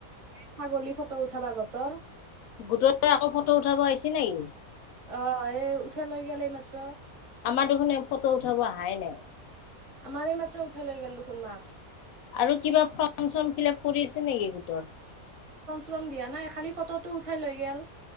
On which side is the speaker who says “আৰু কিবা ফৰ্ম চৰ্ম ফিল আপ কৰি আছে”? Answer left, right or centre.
Left